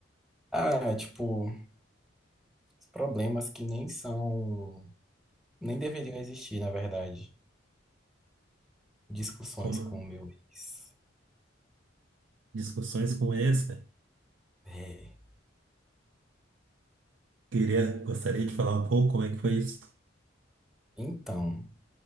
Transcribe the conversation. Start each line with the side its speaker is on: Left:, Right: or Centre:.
Centre: ah, tipo, os problemas que nem são, nem deveriam existir, na verdade. Discussões
Right: Como
Centre: com o meu ex.
Right: discussões com esse, cara?
Centre: É,
Right: Queria, gostaria de falar um pouco como é que foi isso.
Centre: então,